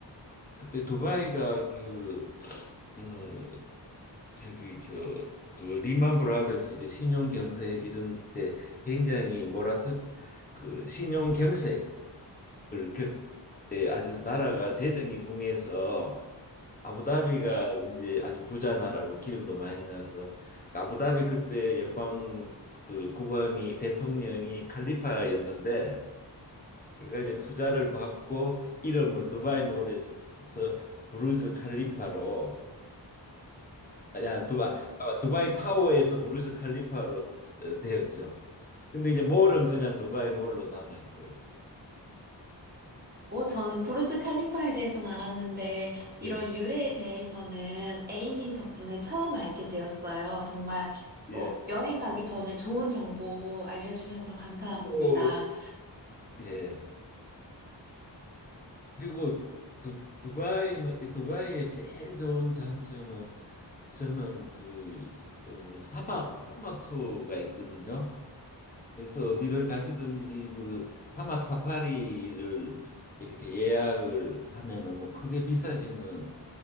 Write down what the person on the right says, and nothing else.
네.
오, 저는 브루즈 칼리파에 대해서는 알았는데, 이런
유래에 대해서는 A님 덕분에 처음 알게 되었어요. 정말,
어, 여행 가기 전에 좋은 정보 알려주셔서 감사합니다.